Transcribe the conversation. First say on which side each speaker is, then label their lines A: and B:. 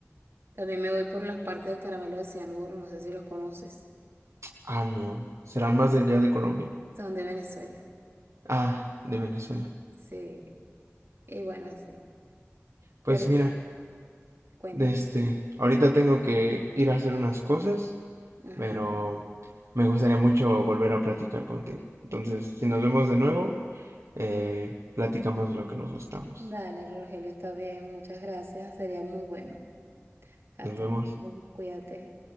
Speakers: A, on the right; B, on the right.
A: También me voy por las partes de Caramelo de Cianuro, no sé si los conoces.
B: Ah, no. ¿Serán más de allá de Colombia?
A: Son de Venezuela.
B: Ah, de Venezuela.
A: Sí. Y bueno, así.
B: Pues
A: Pero
B: mira.
A: cuéntame.
B: De Este, ahorita tengo que ir a hacer unas cosas,
A: Ajá.
B: pero me gustaría mucho volver a platicar contigo. Entonces, si nos vemos de nuevo, eh, platicamos de lo que nos gustamos.
A: Dale, Rogelio, está bien. Muchas gracias. Sería muy bueno. Hasta
B: Nos vemos.
A: luego. Cuídate.